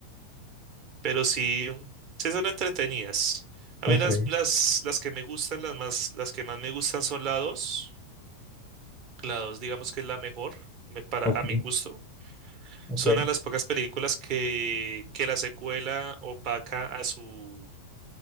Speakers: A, on the right; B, on the left.
A: pero sí, sí son entretenidas. A
B: Ok,
A: mí las, las, las que me gustan, las más, las que más me gustan son la 2. La 2, digamos que es la mejor, me- para,
B: ok,
A: a mi gusto.
B: ok,
A: Son a las pocas películas que, que la secuela opaca a su,